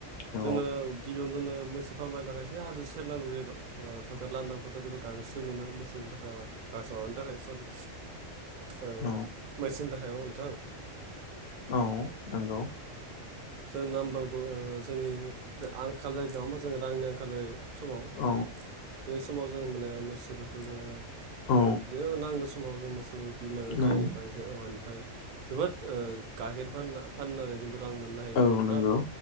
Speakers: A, on the left; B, on the right.
A: औ
B: जोङो गिबियावनो जोंनो मैसोफ्रामायनो थाखायसो हाजो सेरनांगौ जायो र'। ओ फोथार लांदां फोथारजोंबो गांसो सो मोनो मोसौनि थाखाय गास माबानि थाखाय सरि ओ
A: औ
B: मैसोनि थाखाय नङा होमबा नोंथां?
A: औ नोंगौ।
B: जों नाम्बारग' ओ जोंनि बे आंखाल जायो नङा होमबा जों रांनि आंखाल जायो समाव।
A: औ
B: बे समाव जोङो माने मैसोफोरखौ जोङो
A: औ
B: ओ बिदिनो नांगौ समाव जों मोसौ बिमा
A: नंगौ
B: गारिनिफ्राय जों औवानिफ ओमफाय जोबोद ओ गाइखेर फानना फाननानै जोंबो रां मोननो हायो। नङा
A: औ
B: होनबा नोंथां?
A: नंगौ